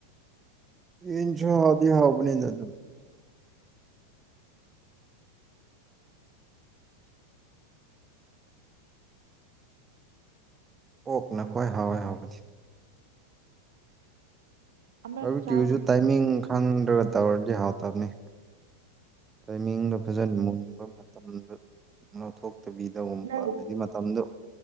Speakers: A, on the right; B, on the right.
A: ꯌꯦꯟꯁꯨ ꯍꯥꯎꯗꯤ ꯍꯥꯎꯕꯅꯤ ꯗ ꯑꯗꯨꯝ ꯑꯣꯛꯅ ꯈ꯭ꯋꯥꯏ ꯍꯥꯎꯑꯦ ꯍꯥꯎꯕꯗꯤ
B: ꯑꯃꯔꯛ
A: ꯕꯥꯔꯕꯤꯀ꯭ꯌꯨ
B: ꯆꯥꯗ꯭ꯔꯤ
A: ꯁꯨ ꯇꯥꯏꯃꯤꯡ ꯈꯪꯗ꯭ꯔꯒ ꯇꯧꯔꯗꯤ ꯍꯥꯎꯇꯕꯅꯤ ꯇꯥꯏꯃꯤꯡꯗꯣ ꯐꯖꯅ ꯃꯨꯟꯕ ꯃꯇꯝꯗ ꯂꯧꯊꯣꯛꯇꯕꯤꯗ ꯀꯒꯨꯝꯕ
B: ꯅꯪ
A: ꯍꯥꯏꯗꯤ ꯃꯇꯝꯗꯣ